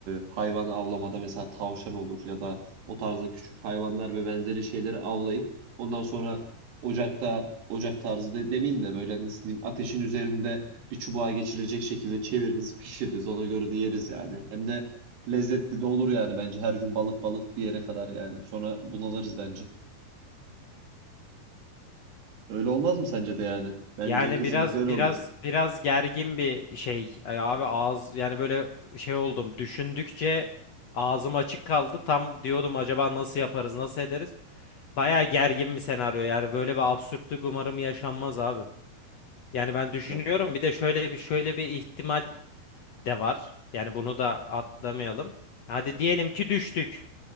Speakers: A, on the right; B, on the left.
A: hayvan avlamada mesela tavşan olur ya da o tarzda küçük hayvanlar ve benzeri şeyleri avlayıp ondan sonra ocakta ocak tarzı de, demeyeyim de böyle nasıl diyeyim ateşin üzerinde bir çubuğa geçirecek şekilde çeviririz pişiririz ona göre de yeriz yani hem de lezzetli de olur yani bence her gün balık balık bir yere kadar yani sonra bunalırız bence. Öyle olmaz mı sence de yani? Bence
B: Yani
A: kesinlikle
B: biraz
A: öyle
B: biraz
A: olur.
B: biraz gergin bir şey E, abi ağız yani böyle şey oldum düşündükçe ağzım açık kaldı tam diyordum acaba nasıl yaparız nasıl ederiz baya gergin bir senaryo yani böyle bir absürtlük umarım yaşanmaz abi yani ben düşünüyorum
A: Ya-
B: bir de şöyle bir şöyle bir ihtimal de var. Yani bunu da atlamayalım. Hadi diyelim ki düştük.